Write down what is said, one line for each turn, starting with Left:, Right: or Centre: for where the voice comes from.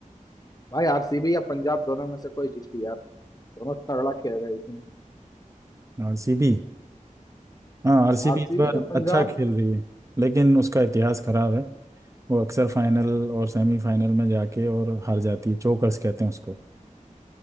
Left: भाई आरसीबी या पंजाब दोनों में से कोई जीती यार दोनों तगड़ा खेल रही थी
Right: आरसीबी हाँ आरसीबी
Left: आरसीबी
Right: इस बार
Left: या पंजाब
Right: अच्छा खेल रही है लेकिन उसका इतिहास खराब है वो अक्सर फाइनल और सेमीफाइनल में जाके और हार जाती है चोकर्स कहते हैं उसको